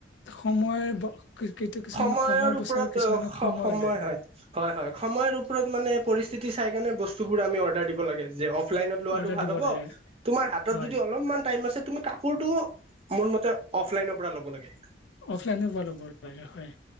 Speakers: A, on the left; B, on the right.
A: সময় কিছুমানে
B: সময়ৰ
A: সময়
B: ওপৰত
A: বচাই কিছুমানে
B: সময়
A: লয়
B: হয়। হয় হয়, সময়ৰ ওপৰত মানে পৰি তি চাই কেনে বস্তুবোৰ আমি অৰ্ডাৰ দিব লাগে। যে অফলাইনত লোৱাটো
A: অৰ্ডাৰ
B: ভাল
A: দিব
B: হ'ব।
A: লাগে
B: তোমাৰ হাতত
A: হয়
B: যদি অলপমান টাইম আছে, তুমি কাপোৰটো মোৰ মতে অফলাইনৰ পৰা ল'ব লাগে।
A: অফলাইনৰ পৰা ল'ব লাগে। হয়